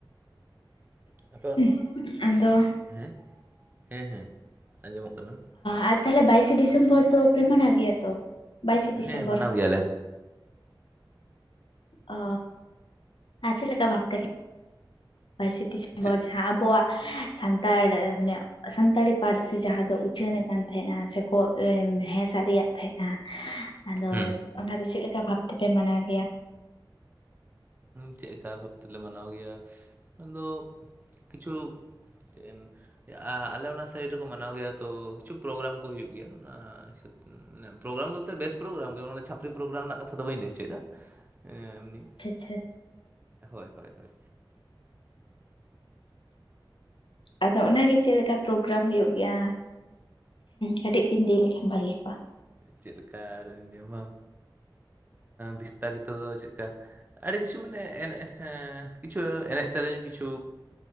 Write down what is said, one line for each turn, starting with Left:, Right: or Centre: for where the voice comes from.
Right: ᱟᱯᱮ
Left: <inaudible> ᱟᱫᱚ
Right: ᱦᱮᱸ ᱦᱮᱸ ᱦᱮᱸ ᱟᱸᱡᱚᱢᱚᱜ ᱠᱟᱱᱟ
Left: ᱟᱨ ᱛᱟᱦᱚᱞᱮ ᱵᱟᱭᱤᱥᱮ ᱰᱤᱥᱮᱢᱵᱚᱨ ᱫᱚ ᱯᱮ ᱢᱟᱱᱟ ᱜᱮᱭᱟ ᱛᱚ ᱵᱟᱭᱤᱥᱮ ᱰᱤᱥᱮᱢᱵᱚᱨ?
Right: ᱦᱮᱸ ᱢᱟᱱᱟᱣ ᱜᱮᱭᱟᱞᱮ
Left: ᱚ ᱟ ᱪᱮᱞᱮᱠᱟ ᱵᱷᱵᱛᱮ ᱦᱩ? ᱵᱟᱭᱤᱥᱮ ᱰᱤᱥᱮᱢᱵᱚᱨ
Right: ᱪᱮᱫ
Left: ᱡᱟᱦᱟᱸ ᱟᱵᱚᱣᱟᱜ ᱥᱟᱱᱛᱟᱲ ᱢᱟᱱᱮ ᱥᱟᱱᱛᱟᱲᱤ ᱯᱟᱹᱨᱥᱤ ᱡᱟᱦᱟᱸ ᱫᱚ ᱩᱪᱷᱟᱹᱱ ᱟᱠᱟᱱ ᱛᱟᱦᱮᱸᱫᱱᱟ ᱥᱮ ᱠᱚ ᱦᱮᱸ ᱥᱟᱨᱤᱭᱟᱜ ᱛᱟᱦᱮᱸᱫ ᱟᱫᱚ
Right: ᱦᱩᱸ
Left: ᱚᱱᱟ ᱫᱚ ᱪᱮᱫ ᱞᱮᱠᱟ ᱵᱷᱟᱵ ᱛᱮᱯᱮ ᱢᱟᱱᱟᱣ ᱜᱮᱭᱟ?
Right: ᱪᱮᱫ ᱞᱮᱠᱟ ᱵᱷᱟᱵᱽ ᱛᱮᱞᱮ ᱢᱟᱱᱟᱣ ᱜᱮᱭᱟ ᱟᱫᱚ ᱠᱤᱪᱷᱩ? ᱛᱤᱱ ᱟᱞᱮ ᱚᱱᱟ ᱥᱟᱭᱤᱰ ᱨᱮᱠᱚ ᱢᱟᱱᱟᱣ ᱜᱮᱭᱟ ᱛᱚ ᱠᱤᱪᱷᱩ ᱯᱨᱳᱜᱨᱟᱢ ᱠᱚ ᱦᱩᱭᱩᱜ ᱜᱮᱭᱟ ᱚᱱᱟ ᱦᱤᱥᱟᱹᱵ ᱛᱮ ᱯᱨᱳᱜᱨᱟᱢ ᱵᱚᱞᱛᱮ ᱵᱮᱥ ᱯᱨᱳᱜᱨᱟᱢ ᱜᱮ ᱪᱷᱟᱯᱨᱤ ᱯᱨᱳᱜᱨᱟᱢ ᱨᱮᱱᱟᱜ ᱠᱟᱛᱷᱟ ᱫᱚ ᱵᱟᱹᱧ ᱞᱟᱹᱭ ᱦᱚᱪᱚᱭᱮᱫᱟ ᱮᱢᱱᱤ
Left: ᱟᱪᱷᱟ
Right: ᱦᱳᱭ ᱦᱳᱭ ᱦᱳᱭ
Left: ᱟᱫᱚ ᱚᱱᱟᱜᱮ ᱪᱮᱫ ᱞᱮᱠᱟ ᱯᱨᱳᱜᱨᱟᱢ ᱦᱩᱭᱩᱜ ᱜᱮᱭᱟ ᱠᱟᱹᱴᱤᱡ ᱵᱤᱱ ᱞᱟᱹᱭ ᱞᱮᱠᱷᱟᱱ ᱵᱷᱟᱹᱜᱤ ᱠᱚᱜᱼᱟ?
Right: ᱪᱮᱫ ᱞᱮᱠᱟ ᱟᱨ ᱧᱟᱢᱟᱢ ᱵᱤᱥᱛᱟᱨᱤᱛᱚ ᱫᱚ ᱪᱮᱫᱠᱟ? ᱟᱹᱰᱤ ᱠᱤᱪᱷᱩ ᱢᱟᱱᱮ ᱮᱱᱮᱡ ᱠᱤᱪᱷᱩ ᱮᱱᱮᱡ ᱥᱮᱨᱮᱧ ᱠᱤᱪᱷᱩ